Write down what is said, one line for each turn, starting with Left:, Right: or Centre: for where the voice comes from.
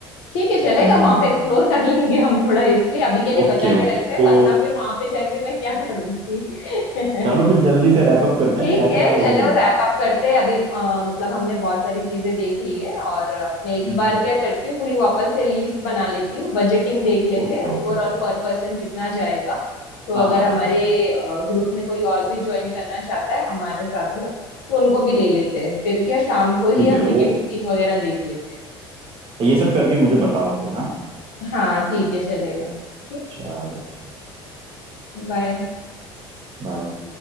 Left: ठीक है चलेगा
Right: हम्म
Left: वहां पे एक्सप्लोर कर लेंगे हम थोड़ा हिस्ट्री अभी के लिए
Right: ओके
Left: बचा के
Right: ओके
Left: रखते
Right: तो
Left: हैं वरना फिर वहां पे जाके मैं क्या करूंगी <laughs>
Right: चलो फिर जल्दी से रैप अप करते
Left: ठीक
Right: हैं क्या
Left: है
Right: क्या हो
Left: चलो
Right: गया
Left: रैप अप करते हैं अभी अ, मतलब हमने बहुत सारी चीजें देख ली है और अ, मैं एक
Right: हम्म
Left: बार क्या करती हूँ पूरी वापस से लिस्ट बना लेती हूँ बजटिंग देख लेते
Right: Okay
Left: हैं ओवरऑल
Right: okay okay
Left: पर पर्सन कितना जाएगा तो
Right: हाँ
Left: अगर
Right: हाँ
Left: हमारे
Right: हाँ हाँ
Left: ग्रुप में कोई और भी ज्वाइन करना चाहता है हमारे साथ में तो उनको भी ले लेते हैं फिर क्या शाम को
Right: ठीक
Left: ही हम
Right: है
Left: टिकट
Right: वो
Left: बुकिंग वगैरह देख लेते हैं
Right: ये सब करके मुझे बताओ फिर हाँ
Left: हाँ ठीक है चलेगा ओके
Right: चलो ठीक है,
Left: बाय
Right: बाय